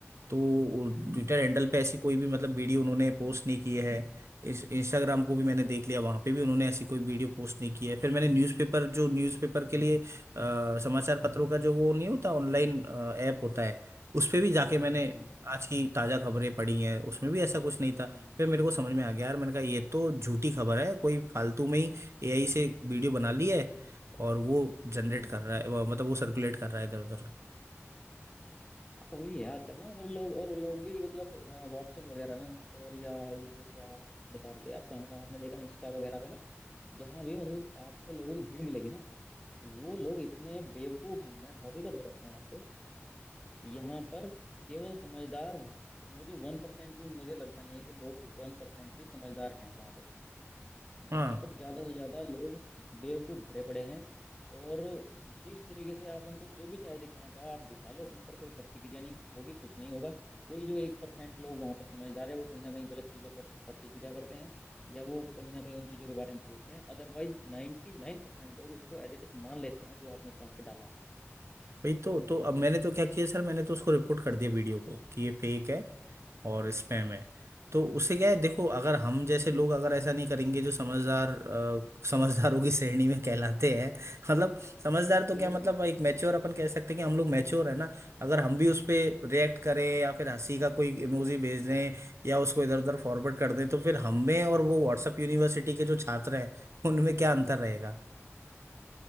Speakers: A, on the right; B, on the left.
A: तो
B: हम्म
A: ट्विटर हैंडल पे ऐसी कोई भी मतलब वीडियो उन्होंने पोस्ट नहीं की है इस इंस्टाग्राम को भी मैंने देख लिया वहां पे भी उन्होंने ऐसी कोई वीडियो पोस्ट नहीं की है फिर मैंने न्यूज़पेपर जो न्यूज़पेपर के लिए अ, समाचार पत्रों का जो वो नहीं होता ऑनलाइन ऐप होता है उस पे भी जाके मैंने
B: हाँ हाँ
A: आज की ताजा खबरें पढ़ी हैं उसमें भी ऐसा कुछ नहीं था
B: हम्म
A: फिर मेरे को समझ में आ गया यार मैंने कहा ये तो झूठी खबर है कोई फालतू में ही एआई से वीडियो बना ली है और वो जनरेट
B: हम्म
A: कर रहा है वो- मतलब वो सर्कुलेट कर रहा है इधर उधर
B: वही है आजकल ना मतलब लोग और लोग भी मतलब व्हाट्सएप वगैरह ना और या ये जो क्या आप बता रहे थे आप कहाँ कहाँ आपने देखा इंस्टा वगैरह पे ना जहाँ भी मतलब आपको लोगों की भीड़ मिलेगी ना वो लोग इतने बेवकूफ हैं मैं हकीकत बताता हूँ आपको यहाँ पर केवल समझदार मुझे वन परसेंट भी मुझे लगता नहीं है कि लोग वन परसेंट भी समझदार हैं वहाँ पे
A: हाँ
B: यहाँ पर ज्यादा से ज्यादा लोग बेवकूफ भरे पड़े हैं और जिस तरीके से आप उनको जो भी चाहे दिखाना चाहो आप दिखा लो उन पर कोई प्रतिक्रिया नहीं होगी कुछ नहीं होगा कोई जो एक परसेंट लोग वहां पर समझदार है वो कहीं ना कहीं गलत चीजों पर प्रतिक्रिया करते हैं या वो कहीं ना कहीं उन चीजों के बारे में पूछते हैं अदरवाइज नाइन्टी नाइन परसेंट लोग उसको एज इट इज मान लेते हैं जो आपने वहां पर डाला है
A: भाई तो तो अब मैंने तो क्या किया सर मैंने तो उसको रिपोर्ट कर दिया वीडियो को कि ये फेक है और स्पैम है तो उससे क्या है देखो अगर हम जैसे लोग अगर ऐसा नहीं करेंगे जो समझदार अ, समझदारों की श्रेणी में कहलाते हैं मतलब समझदार तो
B: बिल्कुल
A: क्या मतलब एक मैच्योर अपन कह सकते हैं कि हम लोग मैच्योर है ना अगर हम भी उस पे रिएक्ट करें या फिर हंसी का कोई इमोजी भेज दें या उसको इधर उधर फॉरवर्ड कर दें तो फिर हम में और वो व्हाट्सएप यूनिवर्सिटी के जो छात्र हैं उनमें क्या अंतर रहेगा